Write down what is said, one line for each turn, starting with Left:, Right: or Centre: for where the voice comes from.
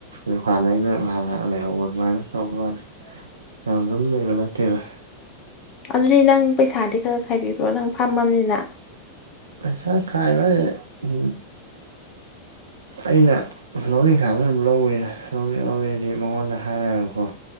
Right: ꯗꯨꯀꯥꯟꯗ ꯑꯩꯅ ꯉꯥꯏꯍꯛ ꯉꯥꯏꯍꯛ ꯂꯩꯍꯧꯕ ꯑꯗꯨꯃꯥꯏꯅ ꯇꯧꯕꯩ ꯋꯥꯅꯦ ꯌꯥꯝ ꯑꯗꯨꯝ ꯂꯩꯕ ꯅꯠꯇꯦꯗ
Left: ꯑꯗꯨꯗꯤ ꯅꯪ ꯄꯩꯁꯥꯗꯤ ꯈꯔ ꯈꯔ ꯈꯥꯏꯕꯤꯕ꯭ꯔꯣ ꯅꯪ ꯐꯝꯃꯅꯤꯅ
Right: ꯄꯩꯁꯥ ꯈꯥꯏꯕ ꯍꯥꯏꯁꯦ ꯎ ꯑꯩꯅ ꯂꯧꯅꯤꯡ ꯀꯥꯟꯗ ꯑꯗꯨꯝ ꯂꯧꯋꯦ ꯂꯧꯅꯤꯡ ꯂꯧꯅꯤꯡ ꯃꯉꯣꯟꯗ ꯍꯥꯏꯔꯒꯀꯣ